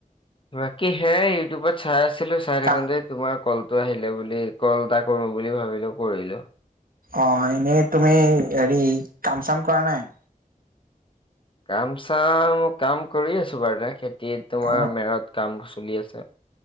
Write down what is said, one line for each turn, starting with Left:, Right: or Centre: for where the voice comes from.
Left: বাকী হেয়াই ইউটিউব চাই আছিলো চাই থাকোন
Right: কা
Left: তে তোমাৰ কলটো আহিলে বুলি, কল এটা কৰো বুলি ভাবিলো কৰিলো।
Right: অ এনেই তুমি হেৰি কাম চাম কৰা নাই?
Left: কাম চাম কাম কৰি আছো বাৰু দে খেতিত তোমাৰ
Right: অ
Left: মেৰত কাম চলি আছে।